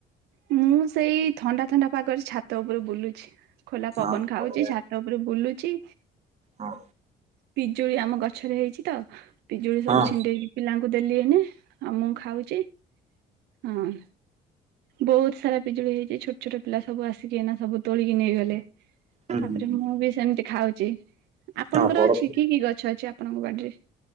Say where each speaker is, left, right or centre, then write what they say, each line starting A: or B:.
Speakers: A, on the right (about 80°); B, on the right (about 40°).
A: ମୁଁ ସେଇ ଥଣ୍ଡା ଥଣ୍ଡା ପାଗରେ ଛାତ ଉପରେ ବୁଲୁଛି। ଖୋଲା
B: ହଁ
A: ପବନ ଖାଉଛି
B: ବଢିଆ
A: ଛାତ ଉପରେ ବୁଲୁଛି।
B: ହଁ।
A: ପିଜୁଳି ଆମ ଗଛରେ ହେଇଛି ତ ପିଜୁଳି ସବୁ
B: ହଁ
A: ଛିଣ୍ଡେଇକି ପିଲାଙ୍କୁ ଦେଲି ଏହିନେ। ହଁ ମୁଁ ଖାଉଛି। ହଁ। ବହୁତୁ ସାରା ପିଜୁଳି ହେଇଛି ଛୋଟ ଛୋଟ ପିଲା ସବୁ ଆସିକିନା ସବୁ ତୋଳିକି ନେଇଗଲେ।
B: ହୁଁ
A: ତାପରେ
B: ହୁଁ ହୁଁ
A: ମୁଁ ବି ସେମିତି ଖାଉଛି। ଆପଣଙ୍କର
B: ହଁ ବରଫ
A: ଅଛି କି କି ଗଛ ଅଛି ଆପଣଙ୍କ ବାଡିରେ?